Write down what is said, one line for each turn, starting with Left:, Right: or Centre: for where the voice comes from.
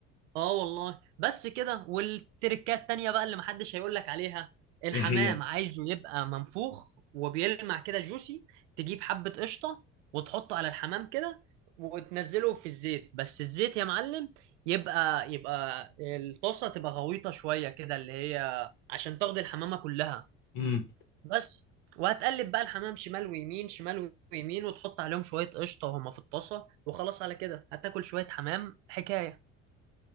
Right: اه والله بس كده والتركات تانية بقى اللي محدش هيقول لك عليها الحمام
Left: ايه هي
Right: عايزه يبقى منفوخ وبيلمع كده جوسي تجيب حبة قشطة وتحطه على الحمام كده وتنزله في الزيت بس الزيت يا معلم يبقى يبقى الطاسة تبقى غويطة شوية كده اللي هي عشان تاخد الحمامة كلها
Left: امم
Right: بس وهتقلب بقى الحمام شمال ويمين شمال ويمين وتحط عليهم شوية قشطة وهما في الطاسة وخلاص على كده هتاكل شوية حمام حكاية